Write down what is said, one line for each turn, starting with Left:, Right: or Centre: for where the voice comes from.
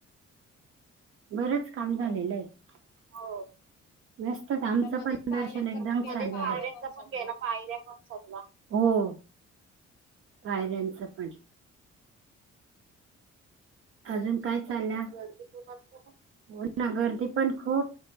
Right: बरंच काम झालेलं
Left: हो.
Right: आहे हो नसत आमचं
Left: आता मध्येच
Right: पण
Left: पायऱ्यांचा
Right: दर्शन एकदम
Left: गेला.
Right: पण
Left: पायऱ्या
Right: गय्या
Left: पण सगला.
Right: पण हो
Left: <inaudible>
Right: पायऱ्यांचं पण अजून
Left: गर्दी
Right: काय
Left: खूप
Right: चालण्या
Left: असते ना.
Right: गर्दी खूप असते गर्दी पण खूप